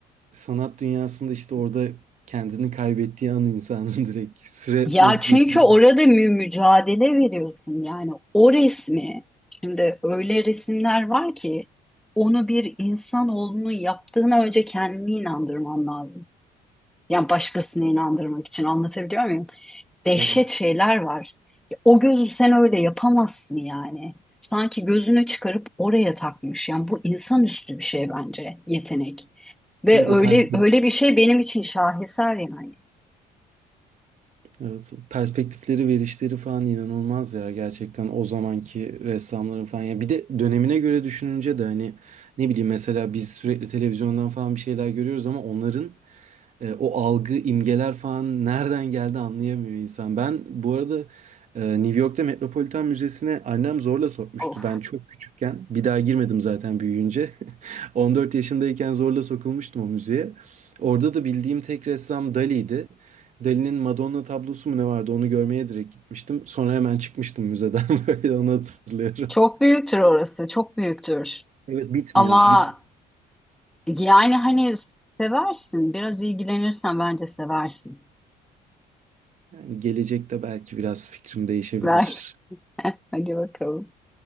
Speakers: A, on the right; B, in the centre.
A: sanat dünyasında işte orada kendini kaybettiği an insanın <laughs> direkt süre
B: Ya
A: nasıl
B: çünkü
A: geçtiğini.
B: orada mü- mücadele veriyorsun yani o resmi. Şimdi öyle resimler var ki onu bir insanoğlunun yaptığına önce kendini inandırman lazım. Yani başkasını inandırmak için anlatabiliyor muyum? Dehşet
A: Evet.
B: şeyler var. Ya o gözü sen öyle yapamazsın yani. Sanki gözünü çıkarıp oraya takmış. Yani bu insanüstü bir şey bence yetenek. Ve
A: Değil mi?
B: öyle
A: O perspektif
B: öyle bir şey benim için şaheser yani.
A: Evet, perspektifleri, verişleri falan inanılmaz ya gerçekten o zamanki ressamların falan ya bir de dönemine göre düşününce de hani ne bileyim mesela biz sürekli televizyondan falan bir şeyler görüyoruz ama onların e, o algı, imgeler falan nereden geldi anlayamıyor insan. Ben bu arada e, New York'ta Metropolitan Müzesi'ne annem zorla sokmuştu.
B: Of.
A: Ben çok küçükken, bir daha girmedim zaten büyüyünce. <laughs> 14 yaşındayken zorla sokulmuştum o müzeye. Orada da bildiğim tek ressam Dali'ydi. Dali'nin Madonna tablosu mu ne vardı onu görmeye direkt gitmiştim. Sonra hemen çıkmıştım müzeden <laughs> böyle onu hatırlıyorum.
B: Çok büyüktür orası, çok büyüktür.
A: Evet bitmiyor,
B: Ama
A: bitmiyor.
B: yani hani seversin, biraz ilgilenirsen bence seversin.
A: Yani gelecekte belki biraz fikrim değişebilir.
B: Belki. <laughs> Hadi bakalım.